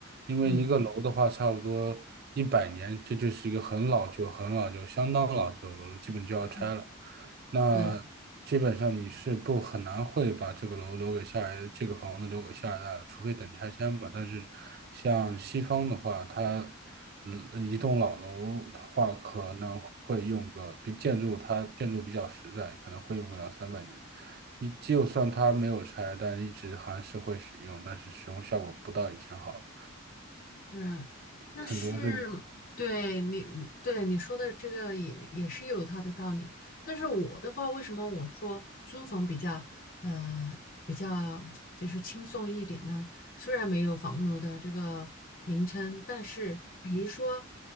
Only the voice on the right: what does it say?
因为一个楼的话，
差不多一百年，这就是一个很老旧、很老旧、相当老旧的楼了，基本就要拆了。
那基本上你是不很难会把这个楼留给下一这个房子留给下一代了除非等拆迁吧。
但是像西方的话，它嗯一栋老楼的话，可能会用个比建筑它建筑比较实在，可能会用个两三百年。你就算它没有拆，但一直还是会使用，但是使用效果不到以前好了。
很多这，